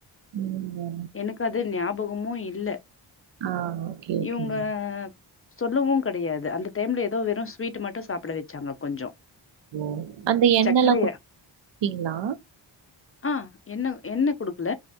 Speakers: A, on the right; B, on the left.
A: ம் வா
B: எனக்கு அது ஞாபகமு இல்ல
A: ஆ ஓகே, ஓகேங்க.
B: இவுங்க சொல்லவு கெடயாது அந்த டைம்ல ஏதோ வெறு ஸ்வீட்டு மட்டு சாப்ட வெச்சாங்க கொஞ்சோ
A: ஓ அந்த எண்ணல்லா
B: சர்க்கரைய
A: குடுதிங்ளா
B: ஆ எண்ண எண்ண குடுக்ல